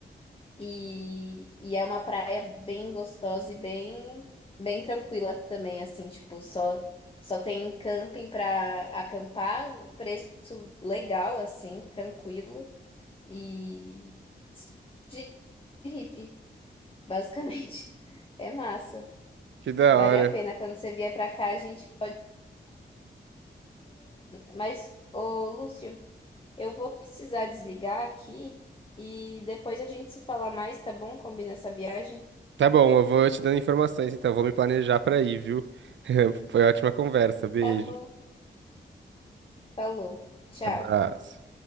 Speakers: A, on the left; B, on the right.
A: E, e é uma praia bem gostosa e bem, bem tranquila também, assim, tipo, só, só tem camping para acampar, um preço legal, assim, tranquilo e de hippie, basicamente. <laughs> É massa.
B: Que da
A: Vale
B: hora.
A: a pena. Quando você vier pra cá, a gente pode ir Mas, ô Lúcio, eu vou precisar desligar aqui e depois a gente se fala mais, tá bom? Combina essa viagem?
B: Tá bom, eu vou te dando informações, então. Vou me planejar pra ir, viu? <laughs> Foi ótima conversa. Beijo.
A: Tá bom. Falou. Tchau.
B: Abraço.